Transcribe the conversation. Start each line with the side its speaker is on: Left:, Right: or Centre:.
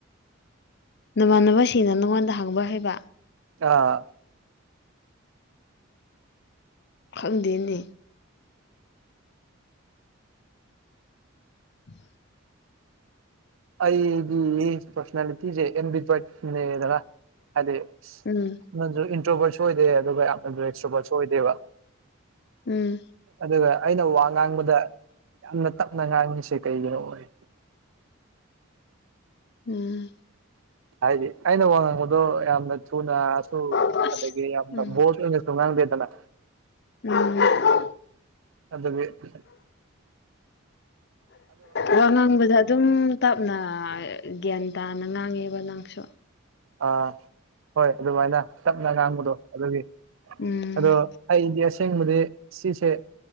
Left: ꯅꯃꯥꯟꯅꯕꯁꯤꯅ ꯅꯪꯉꯣꯟꯗ ꯍꯥꯡꯕ ꯍꯥꯏꯕ
Right: ꯑꯥ
Left: ꯈꯪꯗꯦꯅꯦ ꯎꯝ
Right: ꯑꯩꯒꯤ ꯄꯔꯁꯅꯥꯂꯤꯇꯤꯁꯦ ꯑꯦꯝ ꯄꯠꯅꯦꯗ꯭ꯔ ꯍꯥꯏꯗꯤ
Left: ꯎꯝ
Right: ꯅꯪꯁꯨ ꯏꯟꯇ꯭ꯔꯣꯕꯔꯁꯨ ꯑꯣꯏꯗꯦ ꯑꯗꯨꯒ ꯌꯥꯝ ꯑꯗꯨ ꯑꯦꯛꯁꯇ꯭ꯔꯣꯄꯥꯁꯨ ꯑꯣꯏꯗꯦꯕ
Left: ꯎꯝ
Right: ꯑꯗꯨꯒ ꯑꯩꯅ ꯋꯥ ꯉꯥꯡꯕꯗ ꯌꯥꯝꯅ ꯇꯞꯅ ꯉꯥꯡꯉꯤꯁꯦ ꯀꯩꯒꯤꯅꯣ ꯑꯣꯏ
Left: ꯎꯝ
Right: ꯍꯥꯏꯗꯤ ꯑꯩꯅ ꯋꯥ ꯉꯥꯡꯕꯗꯣ ꯌꯥꯝꯅ ꯊꯨꯅꯁꯨ
Left: ꯎꯝ
Right: ꯑꯗꯒꯤ ꯌꯥꯝꯅ ꯕꯣ ꯇꯨꯡꯉꯥꯡꯥꯡꯗꯦꯗꯅ
Left: ꯎꯝ
Right: ꯑꯗꯗꯒꯤ
Left: ꯋꯥ ꯉꯥꯡꯕꯗ ꯑꯗꯨꯝ ꯇꯞꯅ ꯒ꯭ꯌꯥꯟ ꯇꯥꯅ ꯉꯥꯡꯉꯦꯕ ꯅꯪ ꯑꯥ
Right: ꯑꯥ ꯍꯣꯏ ꯑꯗꯨꯃꯥꯏꯅ ꯆꯞꯅ ꯉꯥꯡꯕꯗꯣ ꯑꯗꯨꯒꯤ
Left: ꯎꯝ
Right: ꯑꯗꯣ ꯑꯩꯗꯤ ꯑꯁꯦꯡꯕꯗꯤ ꯁꯤꯁꯦ